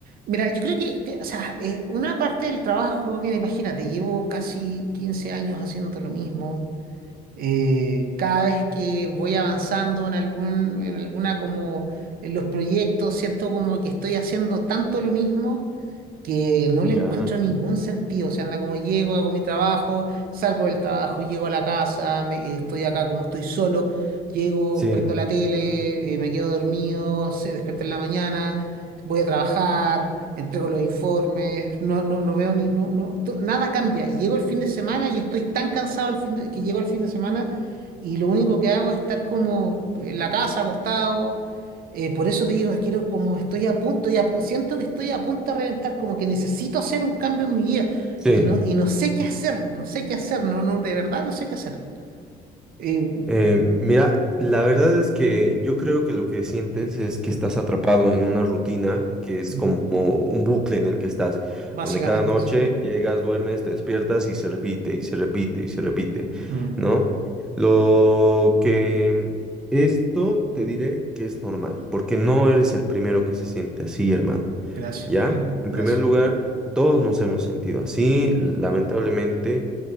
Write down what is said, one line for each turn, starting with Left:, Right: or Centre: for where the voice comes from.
Right: Mira, yo creo que, que, o sea, eh, una parte del trabajo, mira, imagínate, llevo casi 15 años haciendo lo mismo. Eh, cada vez que voy avanzando en algún, en alguna como, en los proyectos, siento como que estoy haciendo tanto lo mismo que no
Centre: Ya.
Right: le encuentro ningún sentido. O sea, anda como llego, hago mi trabajo, salgo del trabajo, llego a la casa, me- eh, estoy acá como estoy solo, llego,
Centre: Sí,
Right: prendo la tele, eh, me quedo dormido, se despierto en la mañana, voy a trabajar, entrego los informes, no, no, no veo ni, no, no, to- nada cambia. Y llego el fin de semana y estoy tan cansado el fin de- que llego el fin de semana y lo único que hago es estar como en la casa, acostado. Eh, por eso te digo, quiero, como estoy a punto, y a pu- siento que estoy a punto de reventar, como que necesito hacer un cambio en mi vida.
Centre: sí.
Right: Y no, y no sé qué hacer, no sé qué hacer, no, no, de verdad no sé qué hacer. Eh,
Centre: Eh, mira, la verdad es que yo creo que lo que sientes es que
Right: mm,
Centre: estás atrapado en una rutina que es
Right: mm,
Centre: como un bucle en el que estás,
Right: básicamente,
Centre: donde cada noche
Right: sí.
Centre: llegas, duermes, te despiertas y se repite y se repite y se repite,
Right: Mm,
Centre: ¿no? Lo que esto te diré que es normal, porque no eres el primero que se siente así, hermano,
Right: gracias,
Centre: ¿ya?
Right: sí,
Centre: En
Right: gracias.
Centre: primer lugar, todos nos hemos sentido así,
Right: Mm,
Centre: lamentablemente